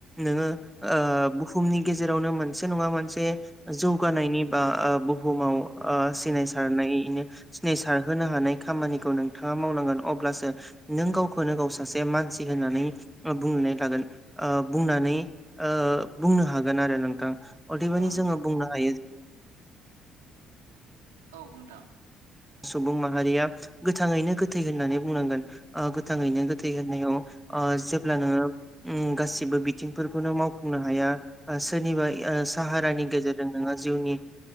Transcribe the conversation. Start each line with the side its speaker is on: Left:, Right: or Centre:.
Centre: नोङो अ बुहुमनि गेजेरावनो मोनसे नङा मोनसे जौ गारनायनि बा बुुमाव सिनायसारनायनो सिनाय सारहोनो हानाय खामानिखौ नोंथाङा मावनांगोन अब्लासो नों गावखौनो गाव सासे मानसि होननानै बुंनानै लागोन अ बुंनानै अ बुंनो हागोन आरो नोंथां अदेबानि
Right: औ नोंथां
Centre: जोङो बुंनो हायो
Right: औ नोंथां
Centre: सुबुं माहारिया गोथाङैनो गोथै होननानै बुंनांगोन गोथाङैनो गोथै होननायाव जेब्ला नोङो गासिबो बिथिंफोरखौनो मावफुंनो हाया सोरनिबा साहारानि गेजेरजों नोङो जिउनि